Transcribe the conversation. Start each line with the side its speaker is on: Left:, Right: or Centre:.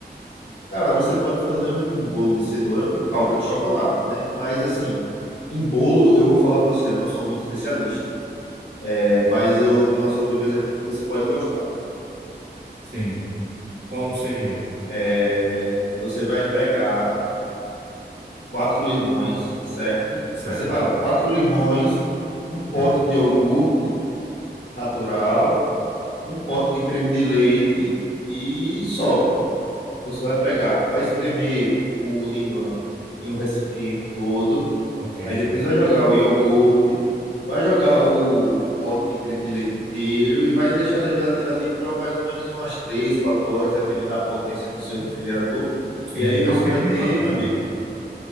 Left: Cara, você pode fazer um bolo de cenoura com calda de chocolate, né? Mas assim, em bolo eu vou falar para você, eu não sou muito especialista. É, mas eu tenho uma sobremesa aqui que você pode gostar.
Right: Sim. Qual seria?
Left: É, você vai pegar quatro limões, certo?
Right: Certo.
Left: Vai separar quatro limões, um pote de iogurte natural, um pote de creme de leite e só. Você vai pegar, vai espremer o limão em um recipiente todo.
Right: Ok.
Left: Aí depois vai jogar o iogurte, vai jogar o pote de creme de leite inteiro e vai deixar na geladeira ali por mais ou menos umas 3, 4 horas, dependendo da potência do seu refrigerador.
Right: Sim,
Left: E aí
Right: já
Left: você
Right: é um tempinho
Left: vai ter,
Right: bacana.
Left: meu amigo,